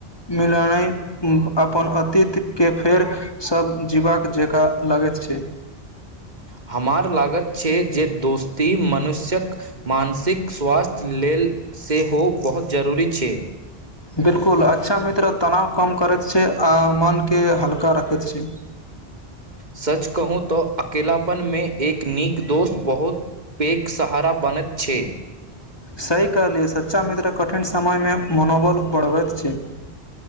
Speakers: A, on the left; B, on the right.
A: मिलनैय अपन अतीति के फेर सभ जीबाक जकाँ लगैत छैय।
B: हमार लागत छैय जे दोस्ती मनुष्यक मानसिक स्वास्थ्य लेल से हो बहुत जरूरी छै।
A: बिलकुल अच्छा मित्र तनाव कम करैत छै आ मनके हल्का राखैत छै।
B: सच कहू तऽ अकेलपन मे एक नीक दोस्त। बहुत पैघ। सहारा बनैत छैय।
A: सही कहलियै सच्चा मित्र कठिन समयमे मनोबल बढ़बैत छैय।